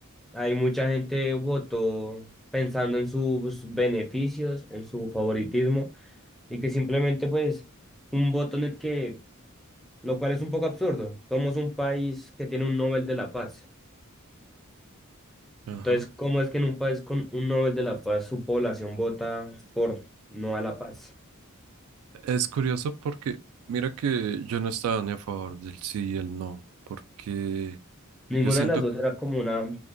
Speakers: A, in the centre; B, on the right (about 80°).
A: hay mucha gente votó pensando en sus beneficios, en su favoritismo y que simplemente pues un voto en el que, lo cual es un poco absurdo, somos un país que tiene un Nobel de la Paz.
B: Ajá.
A: Entonces, ¿cómo es que en un país con un Nobel de la Paz su población vota por no a la paz?
B: Es curioso porque, mira que yo no estaba ni a favor del sí y el no, porque
A: Ninguna
B: yo siento,
A: de las dos era como una...